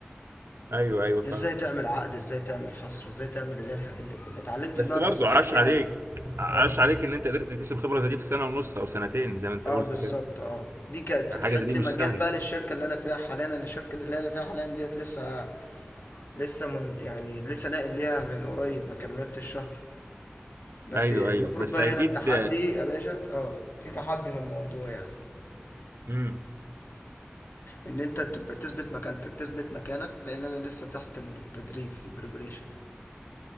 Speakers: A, on the right; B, on the left.
A: ايوه ايوه فاهم
B: ازاي تعمل عقد ازاي تعمل حصر ازاي تعمل اللي هي الحاجات دي كلها اتعلمت
A: بس
B: بمعنى
A: برضو
B: اصح
A: عاش
B: كده
A: عليك عاش
B: اه
A: عليك ان انت قدرت تكتسب خبره زي دي في سنه ونص او سنتين زي ما انت
B: اه
A: قلت
B: بالظبط
A: كده
B: اه دي كانت فتحت
A: حاجه زي دي
B: لي
A: مش
B: مجال
A: سهله
B: بقى للشركه اللي انا فيها حاليا انا الشركه اللي انا فيها حاليا ديت لسه لسه من يعني لسه ناقل ليها من قريب ما كملتش الشهر بس
A: ايوه
B: المفروض
A: ايوه بس
B: بقى
A: اكيد
B: هنا التحدي يا باشا اه في تحدي في الموضوع يعني
A: امم
B: ان انت تبقى تثبت مكانتك تثبت مكانك لان انا لسه تحت التدريب البريبريشن